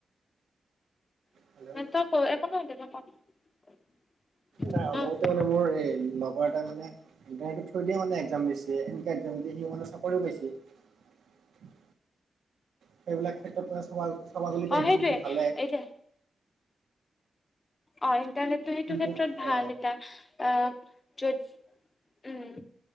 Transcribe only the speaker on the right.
হেল্ল' নাই অলপতে
মানে মোৰ এই লগৰ এটা মানে। ইণ্টাৰনেটত থৈ দিয়ে মানে এক্সাম দিছে। এনে এক্সাম দি সি মানে চাকৰি পাইছে। <unintelligible> সেইবিলাক ক্ষেত্ৰত মানে স্বভাগলাই
ইন্দিনিটো
ভালে।
কিন্তু
অ